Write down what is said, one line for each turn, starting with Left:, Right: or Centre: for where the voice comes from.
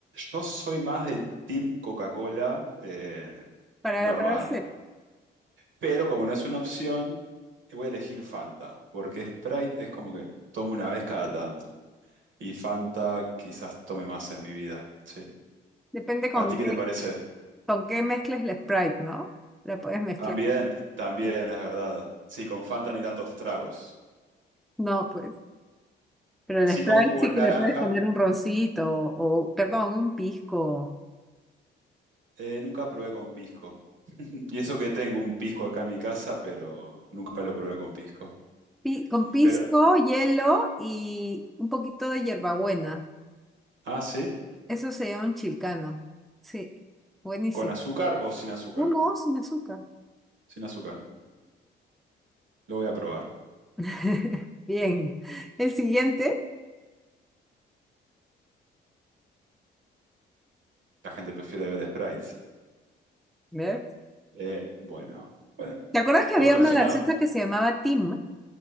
Right: yo soy más del Team Coca-Cola eh,
Centre: Para
Right: normal.
Centre: la peor sed.
Right: Pero como no es una opción, voy a elegir Fanta. Porque Sprite es como que tomo una vez cada tanto. Y Fanta quizás tome más en mi vida. Sí.
Centre: Depende con
Right: ¿A ti qué
Centre: qué,
Right: te parece?
Centre: con qué mezcles el Sprite, ¿no? La puedes mezclar.
Right: También, también es verdad. Sí, con Fanta no hay tantos tragos.
Centre: No, pues. Pero el
Right: Sí,
Centre: Sprite
Right: con jugo
Centre: sí
Right: de
Centre: que
Right: naranja.
Centre: le puedes poner un roncito o, perdón, un pisco.
Right: eh, nunca probé con pisco. Y eso que tengo un pisco acá en mi casa, pero nunca lo probé con pisco.
Centre: Pi- con pisco,
Right: Pero,
Centre: hielo y un poquito de hierbabuena.
Right: ah, sí,
Centre: Eso se llama un chilcano. Sí, buenísimo.
Right: ¿con azúcar o sin azúcar?
Centre: No, no, sin azúcar.
Right: Sin azúcar. Lo voy a probar.
Centre: <laughs> Bien. El siguiente,
Right: La gente prefiere beber sprites.
Centre: ¿ves?
Right: Eh, bueno, bueno,
Centre: ¿Te acuerdas que
Right: todo
Centre: había
Right: relacionado.
Centre: una gaseosa que se llamaba Tim?